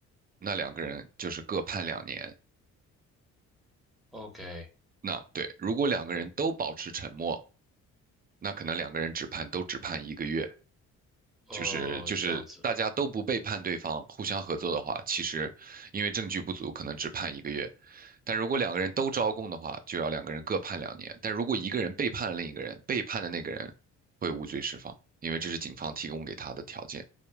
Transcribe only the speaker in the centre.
，OK，
哦，
这样子，